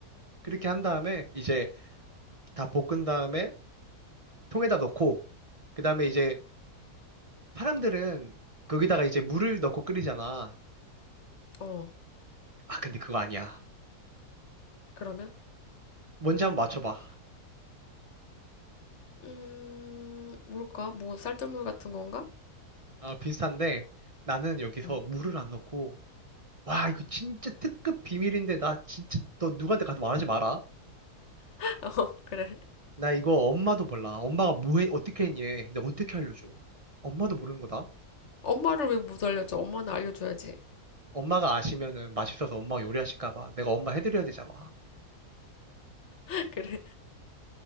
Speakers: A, on the right; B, on the left.
A: 그렇게 한 다음에 이제 다 볶은 다음에 통에다 넣고 그다음에 이제 사람들은 거기다가 이제 물을 넣고 끓이잖아.
B: 어.
A: 아, 근데 그거 아니야.
B: 그러면?
A: 뭔지 한번 맞춰봐.
B: 음, 뭘까? 뭐, 쌀뜨물 같은 건가?
A: 아, 비슷한데 나는 여기서
B: 음.
A: 물을 안 넣고 와, 이거 진짜 특급 비밀인데 나 진짜 너 누구한테 가서 말하지 마라.
B: <laughs> 어, 그래.
A: 나 이거 엄마도 몰라. 엄마가 뭐 해, 어떻게 했니? 내가 어떻게 알려줘? 엄마도 모르는 거다.
B: 엄마를 왜 못 알려줘? 엄마는 알려줘야지.
A: 엄마가 아시면은 맛있어서 엄마가 요리하실까 봐 내가 엄마 해드려야 되잖아.
B: <laughs> 그래.